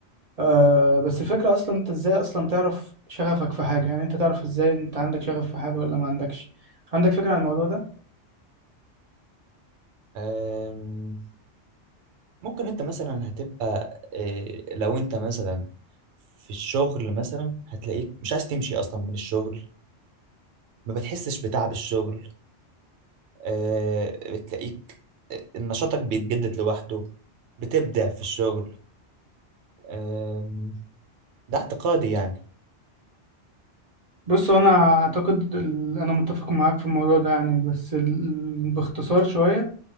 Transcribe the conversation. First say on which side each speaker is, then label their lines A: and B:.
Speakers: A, on the right (about 45°); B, on the right (about 75°).
A: آه بس الفكرة اصلا انت ازاي اصلا تعرف شغفك في حاجة يعني انت تعرف ازاي انت عندك شغف في حاجة ولا ما عندكش عندك فكرة عن الموضوع ده؟
B: آم، ممكن انت مثلا هتبقى إيه، لو انت مثلا في الشغل مثلا هتلاقيك مش عايز تمشي اصلا من الشغل ما بتحسش بتعب الشغل آه، بتلاقيك آه، نشاطك بيتجدد لوحده بتبدع في الشغل آم، ده اعتقادي يعني
A: بص هو انا اعتقد ال- انا متفق معاك في الموضوع ده يعني بس ال... باختصار شوية